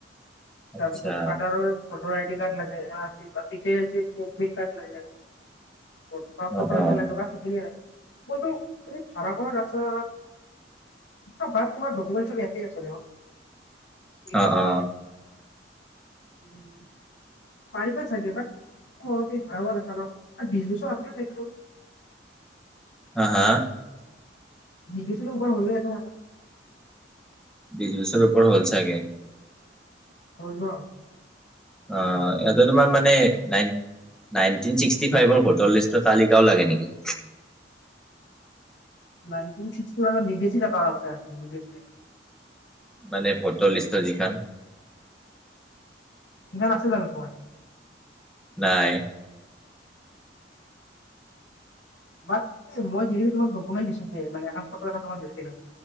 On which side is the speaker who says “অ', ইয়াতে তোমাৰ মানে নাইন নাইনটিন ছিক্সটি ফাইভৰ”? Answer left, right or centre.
Centre